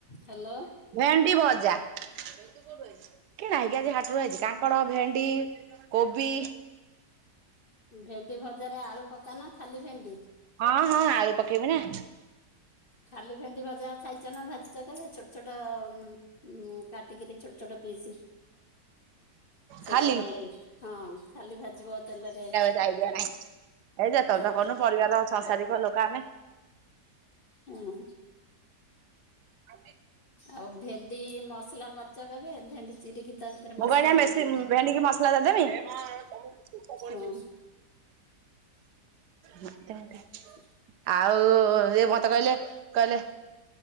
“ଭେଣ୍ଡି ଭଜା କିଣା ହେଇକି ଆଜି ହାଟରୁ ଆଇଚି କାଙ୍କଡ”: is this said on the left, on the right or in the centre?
Right